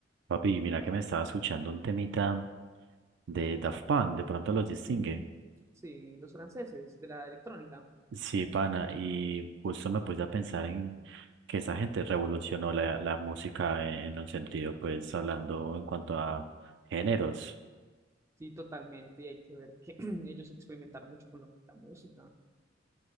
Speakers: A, on the right; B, on the right.
A: Papi, mira que me estaba escuchando un temita de Daft Punk, de pronto los distingue.
B: Ujú. Sí, los franceses de la electrónica.
A: Sí, pana, y justo me puse a pensar en que esa gente revolucionó la, la música en un sentido, pues hablando en cuanto a géneros.
B: Sí, totalmente. Y hay que ver que <clears throat> ellos experimentaron mucho con lo que es la música.